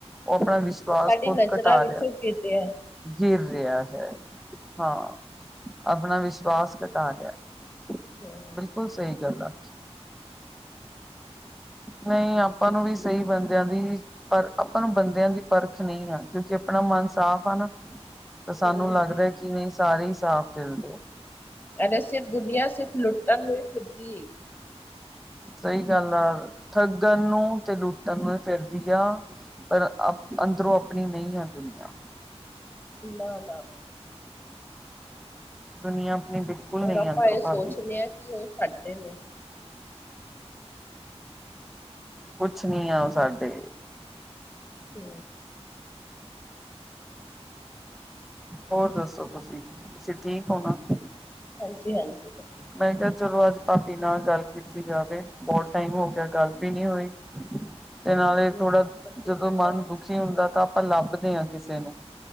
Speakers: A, in the centre; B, on the left.
A: ਉ ਆਪਣਾ ਵਿਸ਼ਵਾਸ
B: ਉਹ ਸਾਡੀ
A: ਖੁਦ
B: ਨਜ਼ਰਾਂ
A: ਘਟਾ
B: ਵਿੱਚੋਂ
A: ਰਿਹਾ।
B: ਗਿਰ ਰਿਹਾ
A: ਗੀਰ ਰਿਹਾ ਹੈ, ਹਾਂ। ਆਪਣਾ ਵਿਸ਼ਵਾਸ ਘਟਾ ਰਿਹਾ ਹੈ
B: ਹੂੰ
A: ਬਿਲਕੁਲ ਸਹੀ ਗੱਲ ਆਖੀ। ਨਹੀਂ ਆਪਾਂ ਨੂੰ ਵੀ ਸਹੀ ਬਣਦਿਆਂ ਦੀ, ਪਰ ਆਪਾਂ ਨੂੰ ਬੰਦਿਆਂ ਦੀ ਪਰਖ ਨਈ ਆ ਕਿਉਂਕਿ ਆਪਣਾ ਮਨ ਸਾਫ਼ ਆ ਨਾ। ਤਾਂ ਸਾਨੂੰ
B: ਹੂੰ
A: ਲੱਗਦਾ
B: ਹੂੰ
A: ਕਿ ਨਈ ਸਾਰੇ ਹੀ ਸਾਫ਼ ਦਿਲਦੇ ਆ।
B: ਅਰੇ ਸਿਰਫ ਦੁਨੀਆਂ ਸਿਰਫ ਲੁੱਟਨ ਨੂੰ ਫਿਰਦੀ ਐ।
A: ਸਹੀ ਗੱਲ ਆ ਠੱਗਣ ਨੂੰ ਤੇ ਲੁੱਟਣ ਨੂੰ ਫਿਰਦੀ ਆ। ਪਰ ਅ ਅੰਦਰੋਂ ਆਪਣੀ ਨਈ ਆ ਦੁਨੀਆਂ।
B: ਨਾ- ਨਾ
A: ਦੁਨੀਆਂ ਆਪਣੀ ਬਿਲਕੁਲ ਨਈ
B: ਔਰ ਆਪਾਂ
A: ਅੰਦਰੋਂ
B: ਇਹ ਸੋਚਦੇ
A: ਭਾਂਦੀ।
B: ਹਾਂ ਕਿ ਉ ਛੱਡਦੇ ਨੇ?
A: ਕੁਛ ਨੀ ਆ ਉਹ ਸਾਡੇ।
B: ਤੇ
A: ਹੋਰ ਦੱਸੋ ਤੁਸੀਂ, ਤੁਸੀਂ ਠੀਕ ਹੋ ਨਾ।
B: ਹਾਂਜੀ-ਹਾਂਜੀ, ਵਧੀਆ।
A: ਮੈਂ ਕਿਹਾ, ਚਲੋ, ਅੱਜ ਭਾਪੀ ਨਾਲ ਗੱਲ ਕੀਤੀ ਜਾਵੇ, ਬਹੁਤ ਟਾਈਮ ਹੋ ਗਿਆ, ਗੱਲ ਵੀ ਨੀ ਹੋਈ। ਤੇ ਨਾਲੇ
B: ਹਾਂਜੀ
A: ਥੋੜਾ,
B: ਬਹੁਤ ਵਧੀਆ
A: ਜਦੋਂ
B: ਕੀਤਾ
A: ਮਨ
B: ਤੁਸੀਂ
A: ਦੁਖੀ ਹੁੰਦਾ,
B: ਫੋਨ
A: ਤਾਂ
B: ਕੀਤਾ
A: ਆਪਾਂ ਲੱਭਦੇ ਹਾਂ ਕਿਸੇ ਨੂੰ।